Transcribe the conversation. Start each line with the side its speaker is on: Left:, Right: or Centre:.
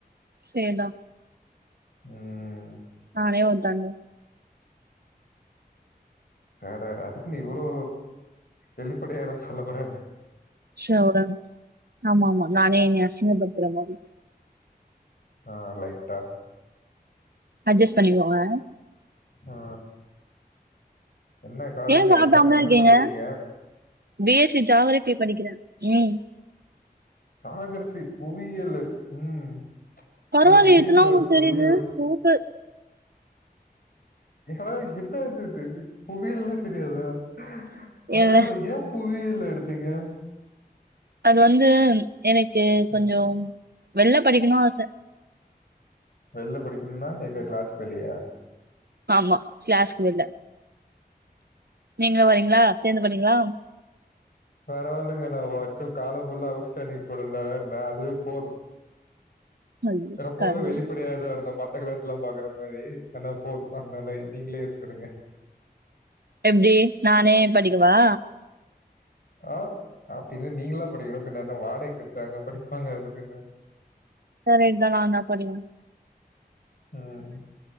Right: சேரிதா
Left: ம்
Right: நானே‌ ஒரு தண்டொ
Left: அடாடா அதுக்குன்னு இவ்வளோ வெளிப்படையால்லா சொல்லக் கூடாது
Right: ச்ச ஒடன் ஆமா ஆமா நானே என்ன அசிங்கப்படுத்துற மாரி
Left: ஆ லைட்டா
Right: அட்ஜஸ் பண்ணிக்கோங்க
Left: ஆ என்ன காலேஜ்
Right: ஏன் சாப்டாம
Left: என்ன என்ன
Right: இருக்கீங்க
Left: படிக்கறீங்க
Right: பி எஸ் சி ஜாக்ரஃபி படிக்கறே ம்
Left: ஜாக்ரஃபி புவியல் ம்
Right: பரவால்லயே
Left: என்ன புவியியல்ல
Right: இதுல்லா உங்களுக்குத்
Left: புள்ளிவிவர
Right: தெரியுது சூப்ப
Left: எட என்னதது புவியல்னா தெரியாதா பரவாயில்லய
Right: இல்ல
Left: புவியியல் எடுத்தீங்க
Right: அது வந்து எனக்கு
Left: ம்.
Right: கொஞ்சம் வெள்ள படிக்கணூ ஆச
Left: வெளிள படிக்கணுன்னா எங்க கிளாஸ்க்கு வெளியா
Right: ஆமா கிளாஸ்க்கு வெளிள நீங்களூ வரீங்களா சேந்து படிக்கலா
Left: பரவால்லங்க ந வச்சும் காலம் ஃபுல்லா அவுட்ஸ்டாண்டிங் ஸ்டூடெண்ட்டாதா இருந்தே அதுவே போது
Right: ஐயோ,
Left: ரொம்பவே
Right: கடவுள்
Left: வெளிப்படையாதா இருந்தோ ம டக்கிளஸ்ல்ல பாக்கற மாரி ஆனா போது அதனால நீங்களே இருந்துருங்க
Right: எப்டி நானே படிக்கவா
Left: ஆ அப்டினா நீங்கள்லா படிக்கனு பின்ன என்ன வாடைக்கெடுத்தாங்க படிப்பாங்க அதுக்குன்னு
Right: கரெக்ட்தா ஆனா படிக்கணூ
Left: ம்.